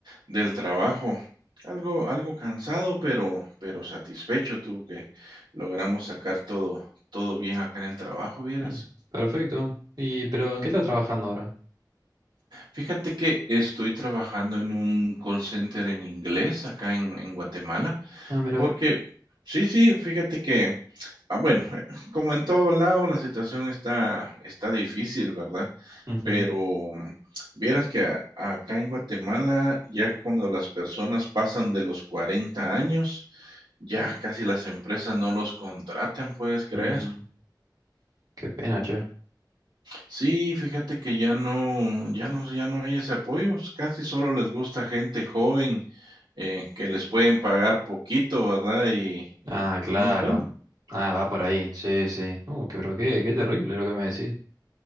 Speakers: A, on the right (about 80°); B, on the right (about 55°).
A: del trabajo. Algo, algo cansado, pero, pero satisfecho tú que logramos sacar todo, todo bien acá en el trabajo, vieras.
B: Mm, perfecto. ¿Y pero en qué estás trabajando ahora?
A: Fíjate que estoy trabajando en un call center en inglés acá en, en Guatemala
B: Ah, mira.
A: Porque sí, sí, fíjate que, ah, bueno, <laughs> eh, como en todo lado, la situación está está difícil, ¿verdad?
B: Ujú.
A: Pero, mm, vieras que a acá en Guatemala, ya cuando las personas pasan de los 40 años, ya casi las empresas no los contratan, ¿puedes creer?
B: Mm, qué pena, che.
A: Sí, fíjate que ya no ya no ya no hay ese apoyo, casi solo les gusta gente joven, eh, que les pueden pagar poquito, ¿verdad? Y y
B: Ah, claro.
A: no sé.
B: Ah, va por ahí. Sí, sí. Uh, qué, pero qué, qué terrible lo que me decís.